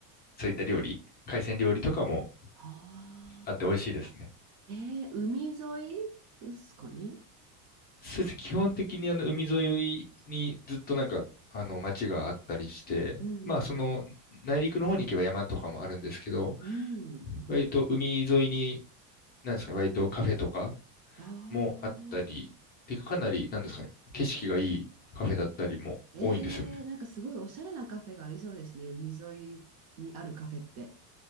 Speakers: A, on the left (about 20°); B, on the right (about 40°).
A: そういった料理、海鮮料理とかも
B: ああ。
A: あって美味しいですね。
B: えー、海沿いですかね。
A: そうですね、基本的にあの、海沿いにずっとなんか、あの、町があったりして、
B: うんうん
A: まあ、その、内陸の方に行けば山とかもあるんですけど、
B: うん。うん。
A: 割と海沿いに、なんですかね、割とカフェとか、
B: ああ。
A: もあったり、で、かなり、なんですかね、景色がいいカフェだったりも多いんですよね。
B: えー、なんかすごいおしゃれなカフェがありそうですね。海沿いにあるカフェって。